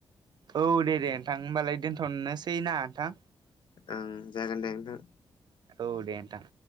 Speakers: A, on the right (about 55°); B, on the left (about 65°).
A: औ दे दे नोंथां हबालाय दोनथ'नोसै ना नोंथां
B: ओं जागोन दे नोंथां
A: औ देथां